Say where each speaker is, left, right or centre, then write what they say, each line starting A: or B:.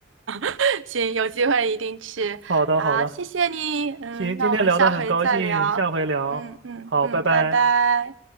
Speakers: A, on the right; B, on the right.
A: <laughs> 行，有机会一定去。
B: 好的，
A: 好，
B: 好的，
A: 谢谢你，嗯，
B: 行，今天聊得很高兴，
A: 那我们下回再聊，
B: 下回聊，
A: 嗯嗯嗯，
B: 好，拜拜。
A: 拜拜。